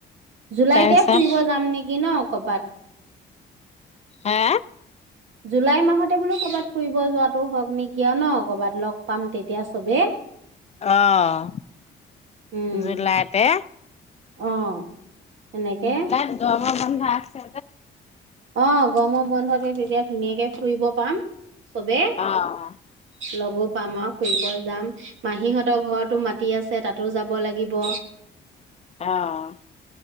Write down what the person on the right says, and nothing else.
জুলাইতে
ফুৰিব যাম নেকি ন কৰবাত
জুলাই মাহতে বোলো ক'ৰবাত ফুৰিব যোৱাত হওক নেকি আৰু ন কৰ'বাত লগ পাম তেতিয়া চবে
উম
অ তেনেকে
অঁ গৰমৰ বন্ধতে তেতিয়া ধুনীয়াকে ফুৰিব পাম চবে
লগো পাম আৰু ফুৰিব যাম মাহীহঁতৰ ঘৰতো মাতি আছে তাতো যাব লাগিব